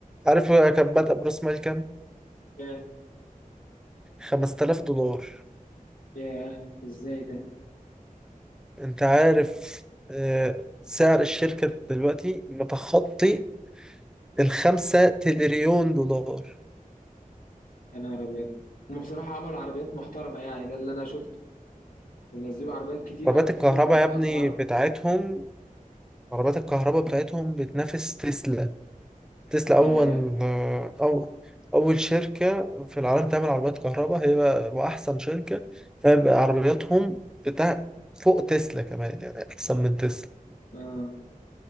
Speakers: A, in the centre; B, on the left.
A: عارف كان بادئ برأس مال كام؟
B: ياه
A: 5000 دولار
B: ياه ازاي ده
A: أنت عارف آه، سعر الشركة دلوقتي متخطي الخمسة تريليون دولار
B: يا نهار ابيض هما بصراحة عملوا عربيات محترمة يعني ده اللي انا شفته ونزلوا عربيات كتير
A: عربيات
B: قوي في
A: الكهرباء
B: السوق كانت
A: يا ابني
B: بأسعار
A: بتاعتهم عربيات الكهرباء بتاعتهم بتنافس تسلا تسلا أول
B: ياه
A: آه، أو أول شركة في العالم تعمل عربيات كهرباء هي بقى- وأحسن شركة فبقى عربياتهم بتاع فوق تسلا كمان يعني أحسن من تسلا
B: آه